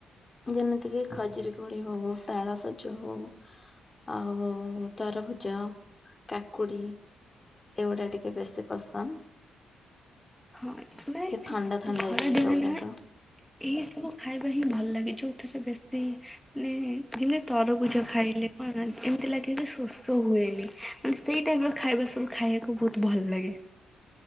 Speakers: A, on the left (about 30°); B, in the centre.
A: ଯେମିତିକିି ଖଜୁରୀ କୋଳି ହଉ ତାେଳସଜ ହଉ ଆଉ ତରଭୁଜ କାକୁଡ଼ି ଏଗୁଡ଼ା ଟିକେ ବେଶୀ ପସନ୍ଦ
B: ହଁ ନାଇଁ
A: ଟିକେ
B: ସିତ୍
A: ଥଣ୍ଡା ଥଣ୍ଡା
B: ଖରାଦିନେ
A: ଜିନିଷ ଗୁଡାକ
B: ନୁହେଁ ଏଇ ସବୁ ଖାଇବାହିଁ ଭଲ ଲାଗେ ଯୋଉଥିରେ ବେଶୀ ମାନେ ଯେମତି ତରଭୁଜ ଖାଇଲେ କଣ ଏତି ଲାଗେକି ସୋସୋ ହୁଏନି ମାନେ ସେଇ ଟାଇପିର ଖାଇବା ସବୁ ଖାଇବାକୁ ବହୁତ୍ ଭଲ ଲାଗେ।